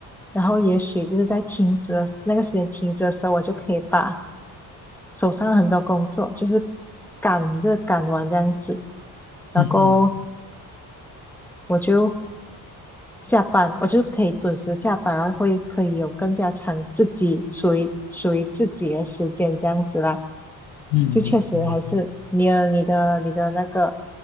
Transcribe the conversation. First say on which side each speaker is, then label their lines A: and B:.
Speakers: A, in the centre; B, on the left.
A: 然后也许就是在停止的那个时间停止的时候，我就可以把手上很多工作就是赶着赶完这样子，然后
B: 嗯嗯
A: 我就下班，我就可以准时下班，然后会可以有更加长自己属于属于自己的时间这样子啦，
B: 嗯嗯，
A: 就确实还是你的你的你的那个。
B: 明白明白。